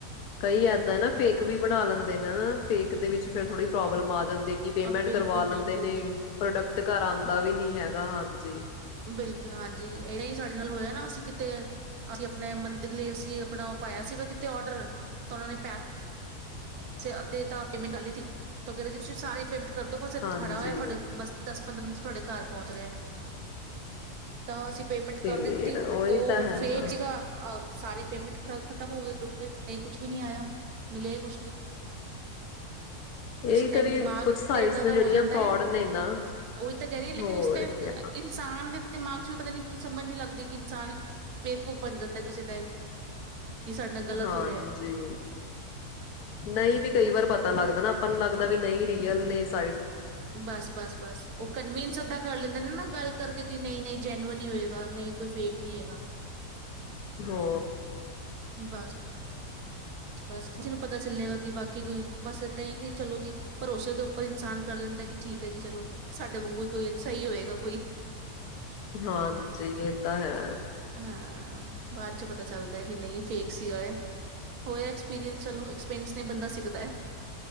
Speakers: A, on the left; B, on the right.
A: ਕਈ ਏਦਾਂ ਨਾ ਫੇਕ ਵੀ ਬਣਾ ਲੈਂਦੇ ਨੇਾ ਫੇਕ ਦੇ ਵਿੱਚ ਫਿਰ ਥੋੜੀ ਪ੍ਰੋਬਲਮ ਆ ਜਾਂਦੇ ਕਿ ਪੇਮੈਂਟ
B: ਬਿਲਕੁਲ
A: ਕਰਵਾ ਲੈਂਦੇ
B: ਬਿਲਕੁਲ
A: ਨੇ ਪ੍ਰੋਡਕਟ ਘਰ ਆਉਂਦਾ
B: ਬਿਲਕੁਲ
A: ਵੀ ਨੀ ਹੈਗਾ ਹਾਂਜੀ
B: ਬਿਲਕੁਲ ਹਾਂਜੀ ਇਦ ਹੀ ਸਾਡੇ ਨਾਲ ਹੋਇਆ ਅਸੀਂ ਕਿਤੇ ਅਸੀਂ ਆਪਣੇ ਮੰਦਿਰ ਲਈ ਅਸੀਂ ਆਪਣਾ ਉਹ ਪਾਇਆ ਸੀਗਾ ਕਿਤੇ ਔਡਰ ਤਾਂ ਉਹਨਾ ਨੇ ਪੈਸ ਅੱਧੇ ਤਾਂ ਪੇਮੈਂਟ ਵਾਲੀ ਤੀ ਉਹ ਕਹਿਿੰਦੇ ਸੀ ਤੁਸੀਂ ਸਾਰੀ ਪੇਮੈਂਟ ਕਰ ਦੋ ਬਸ ਇੱਥੇ
A: ਹਾਂਜੀ
B: ਖੜਾ ਹੋਇਆ ਤੁਹਾਡੇ ਬਸ ਦੱਸ ਪੰਦਰਾਂ ਮਿੰਟ ਤੁਹਾਡੇ ਘਰ ਪਹੁੰਚ ਰਿਹਾ ਤਾਂ ਅਸੀਂ ਪੇਮੈਂਟ
A: ਫੇਰ
B: ਕਰ ਦਿੱਤੀ
A: ਉਹੀ
B: ਉਹ
A: ਤਾਂ ਹੈ
B: ਫੇਕ
A: ਨਾ
B: ਸੀਗਾ ਸਾਰੀ ਪੇਮੈਂਟ ਖ ਖ਼ਤਮ ਹੋ ਗ ਡੁੱਬ ਗਏ ਨਹੀਂ ਕੁੱਛ ਵੀ ਨੀ ਆਇਆ ਮਿਲਿਆ ਹੀ ਕੁਛ ਨੀ
A: ਇਹੀ
B: ਕਿਸੇ ਟਾਈਮ
A: ਤਾਂ ਵੀ
B: ਦਿਮਾਗ
A: ਕੁਛ ਸਾਈਟਸ
B: ਤੇ ਇਏਦਾਂ
A: ਨੇ
B: ਦਾ
A: ਜਿਹੜੀਆਂ
B: ਹੋ ਜਾਂਦਾ
A: ਫਰੋਡ
B: ਹੈ
A: ਨੇ ਨਾ
B: ਉਹੀ ਤਾਂ ਕਹਿ ਰਹੀ ਲੇਕਿਨ
A: ਹੋਰ
B: ਇਸ ਟਾਈਮ
A: ਕਿਆ
B: ਇਨਸਾਨ ਦੇ ਦਿਮਾਗ ਚ ਵੀ ਪਤਾ ਨਹੀਂ ਕਿ ਸਮਝ ਨੀ ਲੱਗਦੀ ਕਿ ਇਨਸਾਨ ਬੇਫਕੂਫ ਬਣ ਜਾਂਦਾ ਕਿਸੇ ਟਾਈਮ ਕਿ ਸਾਡੇ ਨਾਲ ਗਲਤ
A: ਹਾਂਜੀ
B: ਹੋ ਰਿਹਾ ਹੈ।
A: ਨਹੀਂ ਵੀ ਕਈ ਵਾਰ ਪਤਾ ਲੱਗਦਾ ਆਪਾਂ ਨੂੰ ਲੱਗਦਾ ਵੀ ਨਹੀਂ ਰੀਅਲ ਨੇ ਸ
B: ਬਸ ਬਸ ਬਸ ਉਹ ਕਨਵੀਨਸ ਅਧਾ ਕਰ ਲੈਂਦੇ ਨੇ ਨਾ ਗੱਲ ਕਰਕੇ ਕਿ ਨਹੀਂ ਨਹੀਂ ਜੈਨਅਨ ਹੀ ਹੋਏਗਾ ਨਹੀਂ ਕੋਈ ਫੇਕ ਨਹੀਂ ਹੋ ਹੈਗਾ
A: ਹੋ
B: ਬਸ ਬਸ ਪਤਾ ਚੱਲੇਗਾ ਕਿ ਬਾਕੀ ਕੋਈ ਬਸ ਏਦਾਂ ਹੀ ਹੈ ਕਿ ਚਲੋ ਜੀ ਭਰੋਸੇ ਦੇ ਉੱਪਰ ਇਨਸਾਨ ਕਰ ਲੈਂਦਾ ਕਿ ਠੀਕ ਹੈ ਜੀ ਚਲੋ ਸਾਡੇ ਵਾਂਗੂ ਕੋਈ ਸਹੀ ਹੋਏਗਾ ਕੋਈ
A: ਹਾਂਜੀ ਇਹ ਤਾਂ ਹੈ
B: ਹਾਂ ਬਾਅਦ ਚ ਪਤਾ ਚੱਲਦਾ ਕਿ ਨਹੀਂ ਫੇਕ ਸੀਗਾ ਇਹ ਹੋਇਆ ੀਰੀਅਸ ਚਲੋ ਐਸਪੀਅਸ ਨੇੰਦਾ ਦੁਪਹਿਰ